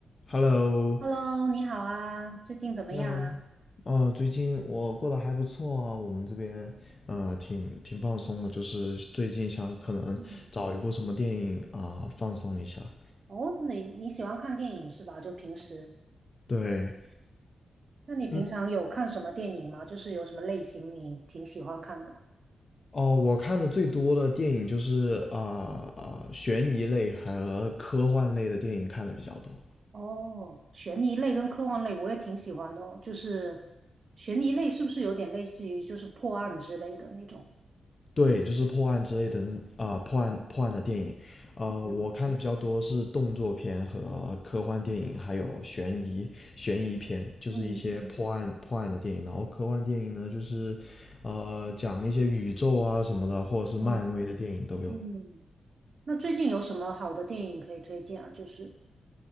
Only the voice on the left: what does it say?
Hello，
然后，哦，最近我过得还不错啊，我们这边啊、呃挺挺放松的，就是最近想可能找一部什么电影啊、
放松一下。
对，
嗯，
哦，我看的最多的电影就是啊啊、悬疑类和科幻类的电影看的比较多。
对，就是破案之类的那啊、破案破案的电影，啊、
我看的比较多是动作片和科幻电影，还有悬疑悬疑片，就是一些破案破案的电影。
然后科幻电影呢，就是呃讲一些宇宙啊什么的，或者是漫威的电影都有。